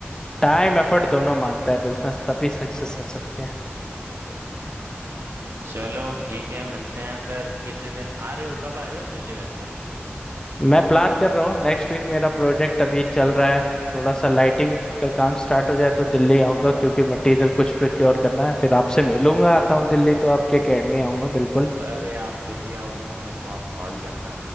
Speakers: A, on the left (about 15°); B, on the right (about 80°).
A: टाइम एफर्ट दोनों मांगता है बिजनेस तभी सक्सेस हो सकते हैं
B: बिल्कुल चलो ठीक है मिलते हैं फिर किसी दिन आ रहे हो कब आ रहे हो दिल्ली वैसे
A: मैं प्लान कर रहा हूँ नेक्स्ट वीक मेरा प्रोजेक्ट अभी चल रहा है थोड़ा सा लाइटिंग का काम स्टार्ट हो जाए तो दिल्ली आऊँगा क्योंकि मटेरियल कुछ प्रोक्योर करना है फिर आपसे मिलूंगा आता हूँ दिल्ली तो आपकी अकेडमी आऊँगा बिल्कुल
B: अरे आप दिल्ली आओगे ना मेरे को आप कॉल करना